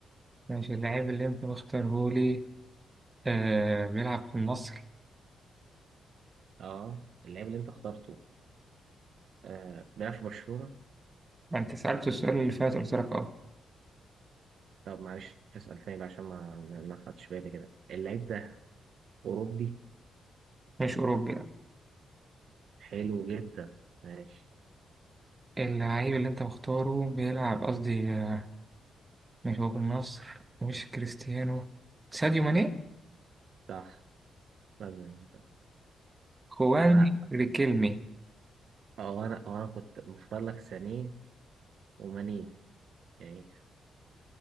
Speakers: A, on the right; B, on the right.
A: ماشي اللاعب اللي انت مختارهولي آه بيلعب في النصر
B: اه اللعيب اللي انت اخترته آه بيلعب في برشلونة؟
A: ما انت سألت السؤال اللي فات قلت لك اه
B: طب معلش اسأل تاني بقى عشان ما ما ما خدتش بالي كده اللعيب ده أوروبي
A: مش أوروبي لا
B: حلو جدا ماشي
A: اللعيب اللي انت مختاره بيلعب قصدي آه، مش هو في النصر مش كريستيانو ساديو ماني
B: صح تمام
A: خوان
B: أنا
A: ريكيلمي
B: أو أنا أو أنا كنت مختار لك سانيه ومانيه يعني